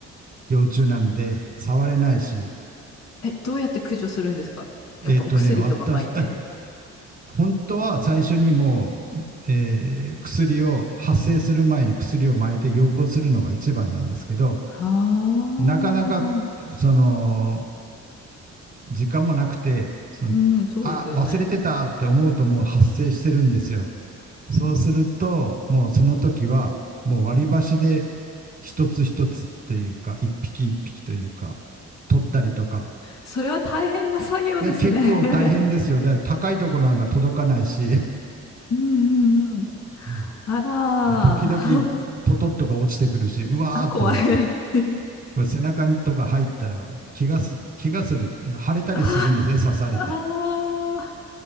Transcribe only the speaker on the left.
え、どうやって駆除するんですかやっぱお薬とか撒いて。
はあ、
うん、そうですよね。
それは大変な作業ですね。
<laughs> うんうんうん。
あらー、
<laughs>
あ、怖い。<laughs>
あー
あ